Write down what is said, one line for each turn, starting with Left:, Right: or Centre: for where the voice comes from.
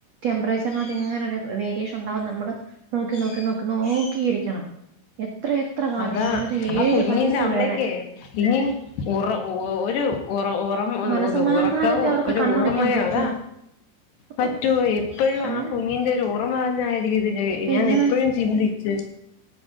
Right: ടെംമ്പറേച്ചറിനാത്തു എങ്ങനെ വേ വേരിയേഷൻ ഉണ്ടാവും നമ്മള് നോക്കി നോക്കി നോക്കി നോക്കിയിരിക്കണം എത്ര എത്ര കാലം
Left: അതാ
Right: ഞാനൊരു
Left: എന്നാ
Right: ഏഴ്
Left: കുഞ്ഞിന്റെ
Right: വയസ്സ്
Left: അമ്മയൊക്കെയേ
Right: വരെ
Left: ഇനി ഉറ ഒ ഒരു ഉറ ഉറ ഉം
Right: മനസമാധാനത്തെ
Left: ഉറക്കാവോ
Right: അവർക്ക്
Left: ഒരു
Right: കണ്ണടയ്ക്കാൻ
Left: ഓർമ്മയോ
Right: പറ്റുവോ
Left: അതാ
Right: അപ്പൊ
Left: പറ്റോ എപ്പഴും
Right: എന്താ
Left: ആ കുഞ്ഞിന്റെ ഒരു ഓർമ്മ തന്നെ ആയിരിക്കത്തില്ലേ
Right: പിന്നെ
Left: ഞാൻ എപ്പഴും ചിന്തിച്ച്